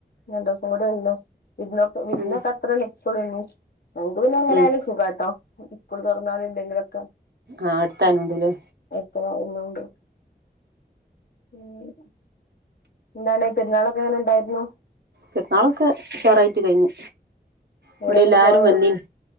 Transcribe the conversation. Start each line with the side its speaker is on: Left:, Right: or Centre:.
Left: രണ്ടുസം കൂടെള്ളോ വിര്ന്നൊക്കെ വിർന്നൊക്കെ
Right: ഉം
Left: അത്ര നിക്കോ നമുക്ക് പിന്നെ എങ്ങനെയാലും
Right: ഉം
Left: സുഖട്ടോ സ്കൂളൊറന്ലും ഇല്ലെങ്കിലൊക്കെ
Right: ആ അടുത്തായകൊണ്ടല്ലേ
Left: <unintelligible> എന്താണ് പെരുന്നാളൊക്കെങ്ങനെ ണ്ടായിരുന്നു?
Right: പെരുന്നാളൊക്കെ ഉഷാറായിട്ട് കഴിഞ്ഞു. ഇവിടെല്ലാരും
Left: എവിടെയെങ്കിലും പോയോ
Right: വന്നീന്